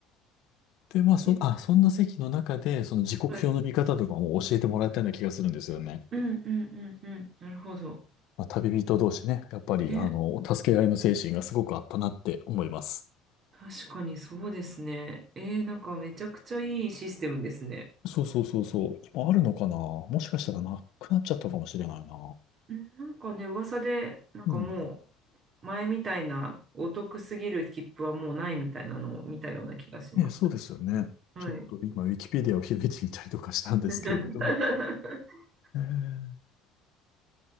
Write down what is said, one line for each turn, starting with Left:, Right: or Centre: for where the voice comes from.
Left: で、まあ、そ、
Right: え
Left: あ、そんな席の中で、その時刻表の見方とかも教えてもらったような気がするんですよね。
Right: はい。うんうんうんうん。なるほど。
Left: まあ、旅人同士ね、やっぱり、
Right: ね。
Left: あの、助け合いの精神がすごくあったなって思います。
Right: 確かにそうですね。えー、なんかめちゃくちゃいいシステムですね。
Left: そうそうそうそう。今あるのかなもしかしたらなくなっちゃったかもしれないな。
Right: んなんかね、噂で、なんかも
Left: うん。
Right: う、前みたいなお得すぎる切符はもうないみたいなのを見たような気がします。
Left: ね、そうですよね。
Right: はい。
Left: ちょっと今、ウィキペディアを開いてみたりとかしたんですけれど。
Right: <laughs>
Left: えー